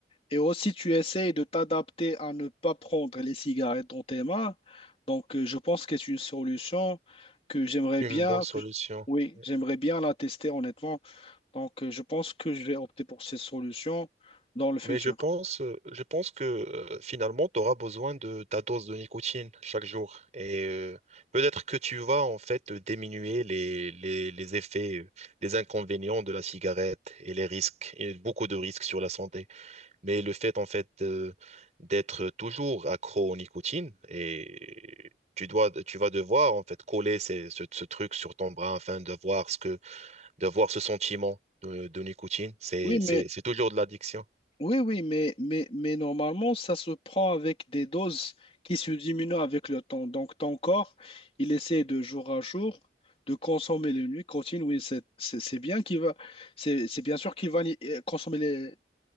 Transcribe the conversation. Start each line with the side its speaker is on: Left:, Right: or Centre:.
Left: Et aussi, tu essayes de t'adapter à ne pas prendre les cigarettes dans tes mains. Donc, euh, je pense que c'est une solution que j'aimerais
Right: une
Left: bien,
Right: bonne solution.
Left: que je- oui,
Right: Ouais.
Left: j'aimerais bien la tester, honnêtement. Donc, euh, je pense que je vais opter pour cette solution dans le futur.
Right: Mais je pense, euh, je pense que euh, finalement, tu auras besoin de ta dose de nicotine chaque jour. Et euh, peut-être que tu vas en fait diminuer les, les, les effets, euh, les inconvénients de la cigarette et les risques, et beaucoup de risques sur la santé. Mais le fait, en fait, euh, d'être toujours accro aux nicotine et tu dois, tu vas devoir, en fait, coller ces- ce, ce truc sur ton bras afin de voir ce que, de voir ce sentiment de, de nicotine. C'est,
Left: Oui, mais
Right: c'est, c'est toujours de l'addiction.
Left: Oui, oui, mais, mais, mais normalement, ça se prend avec des doses qui se diminuent avec le temps. Donc, ton corps, il essaie de jour à jour de consommer les nicotine. Oui, c'est c'est- c'est bien qu'il va, c'est c'est bien sûr qu'il va ni- euh, consommer les-